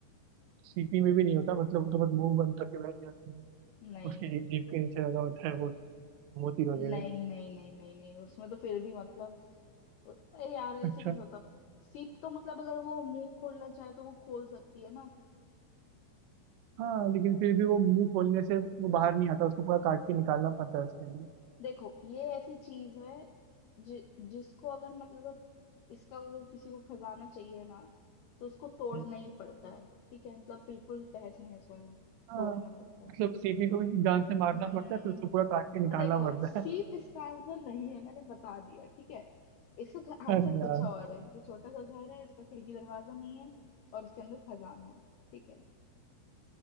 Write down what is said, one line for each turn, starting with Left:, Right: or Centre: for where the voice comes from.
Right: सीपी में भी नहीं होता मतलब वो तो बस मुंह बंद करके बैठ जाती है
Left: नहीं
Right: उसकी जीभ के नीचे लगा होता है वो मोती वगैरह
Left: नहीं नहीं नहीं नहीं नहीं उसमें तो फिर भी मतलब अरे यार ऐसे
Right: अच्छा
Left: कैसे होता सीप तो मतलब अगर वो मुंह खोलना चाहे तो वो खोल सकती है ना
Right: हाँ लेकिन फिर भी वो मुंह खोलने से वो बाहर नहीं आता उसको पूरा काट के निकालना पड़ता है उसके लिए
Left: देखो ये ऐसी चीज है जि, जिसको अगर मतलब इसका अगर किसी को खजाना चाहिए ना तो उसको तोड़ना
Right: हम्म।
Left: ही पड़ता है ठीक है मतलब बिल्कुल तहस नहस वाला
Right: हाँ
Left: तोड़ना
Right: मतलब
Left: पड़ता है
Right: सीपी को भी जान से मारना
Left: हम्म,
Right: पड़ता है फिर उसको पूरा काट के निकालना
Left: देखो
Right: पड़ता
Left: सीप
Right: है
Left: इसका आंसर नहीं है मैंने बता दिया ठीक है इसका
Right: <laughs>
Left: आंसर
Right: अरे
Left: कुछ
Right: यार
Left: और है ये छोटा सा घर है इसका खिड़की दरवाजा नहीं है और इसके अंदर खजाना है ठीक है